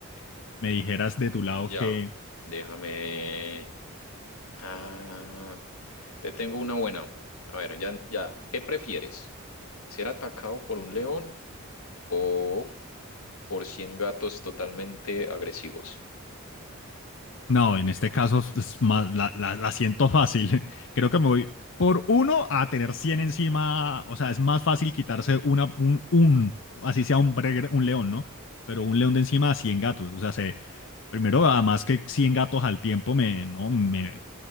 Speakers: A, on the left; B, on the left.
A: <laughs> me dijeras de tu lado
B: Ya,
A: que,
B: déjame. Ah, te tengo una buena. A ver, ya, ya. ¿Qué prefieres? ¿Ser atacado por un león o por 100 gatos totalmente agresivos?
A: no, en este caso es más- la, la- la siento fácil. <laughs> Creo que me voy por uno a tener 100 encima. O sea, es más fácil quitarse una, un, un- así sea un, bre- un león, ¿no? Pero un león de encima a 100 gatos. O sea, Primero, además que 100 gatos al tiempo me, no, me,